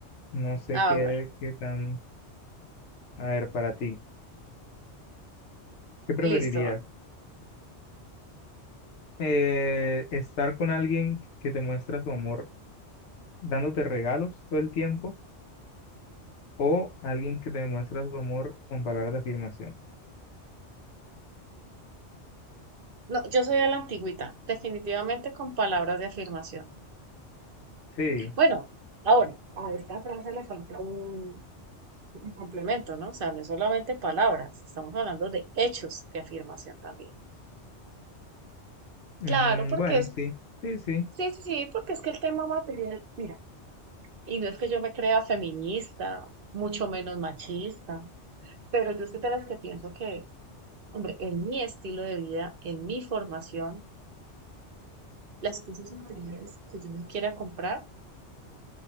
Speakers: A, on the left (about 75°); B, on the right (about 55°).
A: no sé
B: A
A: qué,
B: ver,
A: eres- qué tan... A ver, para ti, ¿qué preferirías?
B: listo.
A: Eh, ¿estar con alguien que te muestra su amor dándote regalos todo el tiempo o alguien que te muestra su amor con palabras de afirmación?
B: No, yo soy a la antigüita, definitivamente con palabras de afirmación.
A: Sí,
B: Bueno, ahora, a esta frase le falta un, un complemento, ¿no? O sea, no es solamente palabras, estamos hablando de hechos de afirmación también.
A: mm,
B: Claro, porque
A: bueno,
B: es,
A: sí, sí, sí,
B: sí, sí, sí, porque es que el tema material, mira, y no es que yo me crea feminista, mucho menos machista, pero yo soy de las que pienso que, hombre, en mi estilo de vida, en mi formación, las cosas materiales que yo me quiera comprar,